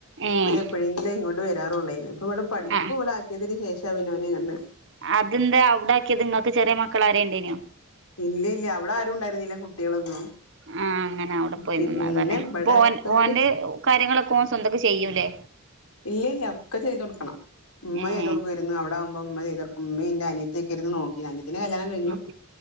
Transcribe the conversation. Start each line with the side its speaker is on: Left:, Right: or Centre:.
Right: ഏഹ്
Left: ഓന് എപ്പോഴെങ്കിലും ഇങ്ങോട്ട് വരാറുള്ളേര്ന്ന് പ്പവിടെ പഠിപ്പ്
Right: ആഹ്
Left: ഇവിടെ ആക്കിയതിന് ശേഷം പിന്നെ ഓൻ ഇങ്ങനെ
Right: അതെന്തേ അവുടെ ആക്കിയത് ഇങ്ങക്ക് ചെറിയ മക്കൾ ആരേം ഉണ്ടേയ്നൊ
Left: ഇല്ല ഇല്ല അവിടെ ആ ക്ണ്ടരുന്നില്ല കുട്ടികളൊന്നും
Right: ആഹ് അങ്ങനെ അവിടെ പോയി
Left: പിന്നെ
Right: നിന്നതാല്ലേ
Left: ഇവിടെതോര്
Right: അപ്പൊ ഓൻ ഓന്റെ കാര്യങ്ങളൊക്കെ ഓൻ സ്വന്തക്ക്‌ ചെയ്യൂല്ലേ
Left: ഇല്ല ഇല്ല ഒക്കെ ചെയ്ത് കൊടുക്കണം ഉമ്മ
Right: ഏഹ്
Left: ചെയ്തു കൊടുക്കേ ന്ന് അവിടെ ആമ്പോ ഉമ്മ ചെയ്തൊട്ക്കും ഉമ്മേം ഇന്റെ അനിയത്തി ഒക്കെര്ന്ന് നോക്കിയത് അനിയത്തിന്റെ കല്യാണം
Right: ആഹ്
Left: കഴിഞ്ഞു.